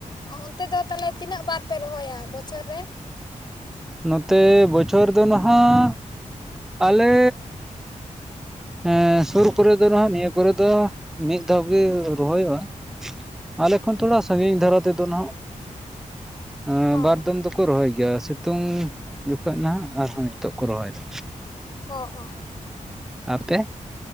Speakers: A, on the left; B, in the centre.
A: ᱚ ᱚᱱᱛᱮ ᱫᱚ ᱛᱟᱦᱚᱞᱮ ᱛᱤᱱᱟᱹᱜ ᱵᱟᱨ ᱯᱮ ᱨᱚᱦᱚᱭᱟ ᱵᱚᱪᱷᱚᱨ ᱨᱮ?
B: ᱱᱚᱛᱮ ᱵᱚᱪᱷᱚᱨ ᱫᱚ ᱱᱟᱦᱟᱜ ᱟᱞᱮ ᱦᱮᱸ ᱥᱩᱨ ᱠᱚᱨᱮ ᱫᱚ ᱱᱟᱦᱟᱜ ᱱᱤᱭᱟᱹ ᱠᱚᱨᱮ ᱫᱚ ᱢᱤᱫ ᱫᱷᱟᱣ ᱜᱮ ᱨᱚᱦᱚᱭᱚᱜᱼᱟ᱾ ᱟᱞᱮ ᱠᱷᱚᱱ ᱛᱷᱚᱲᱟ ᱥᱟᱺᱜᱤᱧ ᱫᱷᱟᱨᱟ ᱛᱮᱫᱚ ᱱᱟᱦᱟᱜ ᱮᱸ
A: ᱚ
B: ᱵᱟᱨᱫᱚᱢ ᱫᱚ ᱠᱚ ᱨᱚᱦᱚᱭ ᱜᱮᱭᱟ, ᱥᱤᱛᱩᱝ ᱡᱚᱠᱷᱚᱱ ᱱᱟᱦᱟᱜ ᱟᱨᱦᱚᱸ ᱱᱤᱛᱚᱜ ᱠᱚ ᱨᱚᱦᱚᱭᱫᱟ᱾
A: ᱚᱸ ᱚᱸ᱾
B: ᱟᱯᱮ